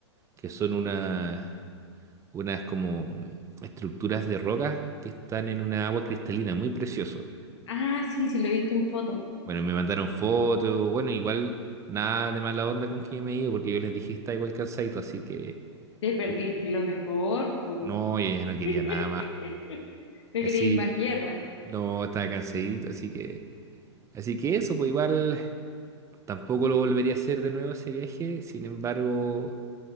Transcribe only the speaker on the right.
que son unas unas como estructuras de rocas que están en una agua cristalina, muy precioso.
Bueno, me mandaron fotos, bueno, igual nada de mala onda con que yo me he ido porque yo les dije que estaba igual cansadito, así que
yo-
no, yo ya no quería
nada más.
Así,
no, estaba cansadito, así que, así que eso, pues igual tampoco lo volvería a hacer de nuevo ese viaje, sin embargo,